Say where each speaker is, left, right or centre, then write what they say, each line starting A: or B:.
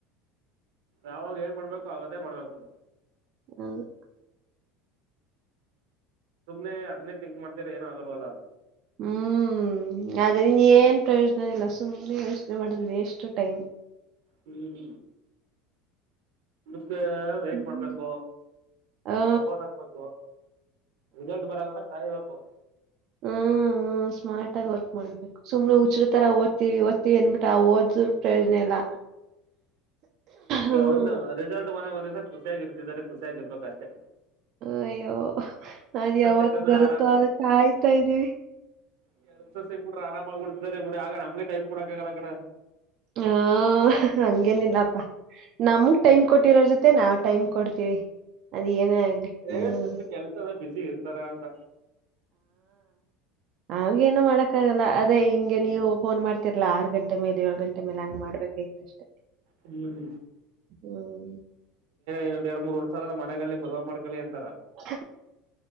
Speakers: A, on the right (about 80°); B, on the right (about 50°).
A: ಯಾವಾಗ ಏನ್ ಮಾಡ್ಬೇಕು ಅವಗೆ ಅದೆ ಮಾಡ್ಬೇಕು
B: ಹೌದು.
A: ಸುಮ್ನೆ ಹದನೇ ತಿಂಕ್ ಮಾಡ್ತೀರ ಏನ ಆಗಲ್ವಲ್ಲ
B: ಹ್ಮ್ ಹ್ಮ ಆದ್ರಿಂದ ಏನ್ ಪ್ರಯೋಜನ ಇಲ್ಲ ಸುಮ್ಮ್ನೆ ಯೋಚನೆ ಮಾಡುದು ವೇಷ್ಟು ಟೈಮ್
A: ಹ್ಮ್ ಇದಕ್ಕೆ ವೇಟ್
B: ಹ್ಮ್.
A: ಮಾಡ್ಬೇಕು
B: ಆ.
A: ಎಫೋರ್ಟ್ ಹಾಕ್ಬೇಕು ರಿಸಲ್ಟ್ ಬರಗಂಟ ಕಾಯಬೇಕು
B: ಹ್ಮ ಸ್ಮಾರ್ಟ್ ಆಗಿ ವರ್ಕ್ ಮಾಡ್ಬೇಕು ಸುಮ್ ಹುಚ್ಚ್ರ್ ತರ ಓದ್ತೀವಿ ಓಡ್ತಿವಿ ಏನ್ಬಿಟ್ಟ ಆ ಓದ್ರ ಪ್ರಯೋಜನ ಇಲ್ಲ ಹ್ಮ್.
A: ಒಂದು ರಿಸಲ್ಟ್ ಮನಾಗ ಒಂದಿವ್ಸ ಖುಷಿಯಾಗಿ ಇರ್ತಿದ್ದಾರೆ ಖುಷಿಯಾಗಿ ಇರ್ಬೇಕಷ್ಟೆ
B: ಅಯ್ಯೋ ಅದ್ ಯಾವತ್
A: ಸಿಕ್ಕಂದ್ರೆ
B: ಬರುತ್ತೋ ಅ ಕಾಯ್ತಾ ಇದ್ದೀವಿ
A: ಕೆಲಸ ಸಿಕ್ ಬಿಟ್ರೆ ಆರಾಮಾಗಿ್ಬ ಬಿಡ್ತಿದ ಬಿಡಿ ಆಗ ನಮ್ಗೆ ಟೈಮ್ ಕೊಡಕಕ್ಕಾಗಲ್ಲ ಕಣ
B: ಹ ಹಂಗೇನಿಲ್ಲಪ್ಪಾ ನಮಗ್ ಟೈಮ್ ಕೊಟ್ಟಿರೋ ಜೊತೆ ತ್ತೆ ನಾವು ಟೈಮ್ ಕೊಡ್ತೀವಿ ಅದ ಏನೆ ಆಗ್ಲಿ
A: ಹೇಳ್ತರದು
B: ಹ್ಮ್.
A: ಕೆಲ್ಸ ಎಲ್ಲ ಬುಿಸಿ ಇರ್ತಾರ ಅಂತ
B: ನಾವ್ಗ ನು ಮಾಡಕ್ಕಾಗಲ್ಲ ಅದೇ ಹಿಂಗೆ ನೀವು ಫೋನ್ ಮಾಡ್ತಿರ್ಲಾ ಆರು ಗಂಟೆ ಮೇಲೆ ಏಳು ಗಂಟೆ ಮೇಲೆ ಹಂಗ್ ಮಾಡ್ಬೇಕೈತ್ತು ಅಷ್ಟೇ
A: ಹ್ಮ್ ಇೇನ್
B: ಹ್ಮ್
A: ಇನ್ನೊಂದ್ ಎರಡ್ ಮೂರ್ ವರ್ಷ ಆದದ್ರ ಮನೆ ಮದ್ುವ ಮಾಡ್ಕೊಳ್ಳಿ ಅಂತ
B: ಹ